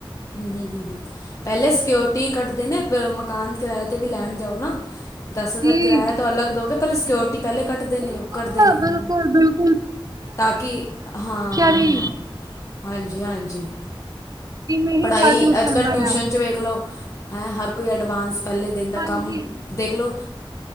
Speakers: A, on the left (about 35°); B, on the right (about 40°).
A: ਹੂ ਹੂ ਹੂ ਪਹਿਲੇੇ ਸਿਕਿਓਰਟੀ ਕਢਦੇ ਨੇ, ਬੇ ਓ ਮਕਾਨ ਕਿਰਾਏ 'ਤੇ ਵੀ ਲੈਣ ਜਾਓ ਨਾ ਦਸ ਹਜ਼ਾਰ
B: ਜੀ
A: ਕਿਰਾਇਆ ਤੋਂ ਅਲੱਗ ਦਓਗੇ ਪਹਿਲੇ ਸਕਿਓਰਟੀ ਪਹਿਲੇ ਕੱਟਦੇ ਨੇ
B: ਬਿਲਕੁਲ
A: ਉਹ, ਕਡਦੇ ਨੇ
B: ਬਿਲਕੁਲ ਬਿਲਕੁ
A: ਤਾਂ ਕਿ ਹਾਂ
B: ਦੀ
A: ਹਾਂ, ਹਾਂਜੀ ਹਾਂਜੀ।
B: ਜਿਵੇਂ ਹੀ
A: ਪੜ੍ਹਾਈ
B: ਹਾਲ
A: ਅੱਜ ਕੱਲ੍ਹ
B: ਦਾ
A: ਟਿਊਸ਼ਨ
B: ਆ
A: 'ਚ ਵੇਖ ਲਓ ਹੈਂ ਹਰ ਕੋਈ ਐਡਵਾਂਸ ਪਹਿਲੇ ਦਿਨ ਦਾ
B: ਹਾਂਜੀ
A: ਕੰਮ ਦੇਖ ਲਓ